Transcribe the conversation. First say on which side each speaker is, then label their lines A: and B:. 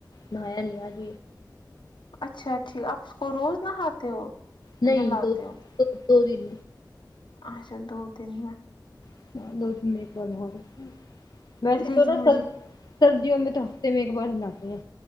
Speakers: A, on the left (about 55°); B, on the left (about 80°).
A: نایا نہیں آج
B: اچھا اچھا آپ اس کو روز نہہ خاتے ہو
A: نہیں
B: نہلاتے
A: دو
B: ہو
A: دو دو دن
B: اچھا دو دن میں
A: <unintelligible> ویسے
B: لیکن
A: تو نا
B: مجھے
A: سر سردیوں میں تو ہفتے میں ایک بار ہلاتی ہیں